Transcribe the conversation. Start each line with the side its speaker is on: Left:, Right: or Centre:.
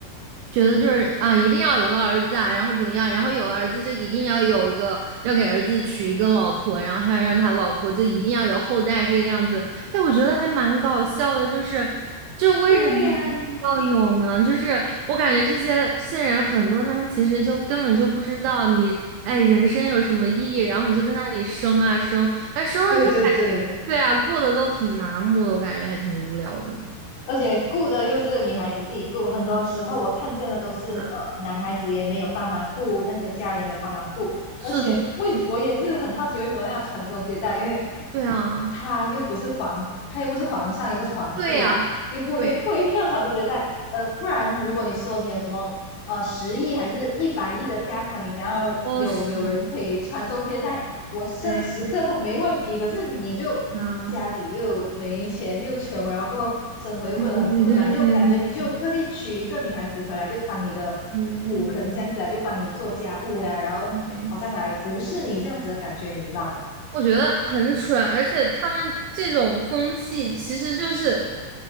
Right: 觉得就是啊，一定要有个儿子啊，然后怎样，然后有了儿子就一定要有一个，要给儿子娶一个老婆，然后还要让他老婆就一定要有后代这个样子。哎，我觉得还蛮搞笑的，就是就为什么一定要有呢？
Left: 对呀，
Right: 就是我感觉这些这些人很多，他们其实就根本就不知道你。哎，人生有什么意义？然后你就在那里生啊生，哎，生了之后感觉，
Left: 对对对。
Right: 对啊，过得都挺麻木的，我感觉还挺无聊的呢。
Left: 而且顾的又是女孩子自己顾，很多时候我看见的都是呃男孩子也没有帮忙顾，
Right: 啊，
Left: 那些家人也没有帮忙顾，
Right: 是的，
Left: 而且为我也是很好奇为什么要传宗接代，
Right: 是的
Left: 因为
Right: 对啊，
Left: 他又不是皇，他又不是皇上，也不是皇帝啦，
Right: 对呀，
Left: 又不 <laughs>
Right: 对呀，
Left: 不一定要传宗接代，呃，不然如果你说你有什么呃十亿还是一百亿的家产，你想要有有人可以传宗接代，
Right: 哦，是的，
Left: 我生十个都没问题，
Right: 对
Left: 可是你就家里又没钱又穷，
Right: 啊，
Left: 然后生活又过得很困难，
Right: 对对对对对
Left: 就感觉你就特地娶一个女孩子回来，就当你的仆人这样子啊，
Right: 对
Left: 就帮你做家务呀、然后好像来服侍你这样子的感觉，
Right: 对对。
Left: 你知道吗？
Right: 我觉得很蠢，而且他们这种风气其实就是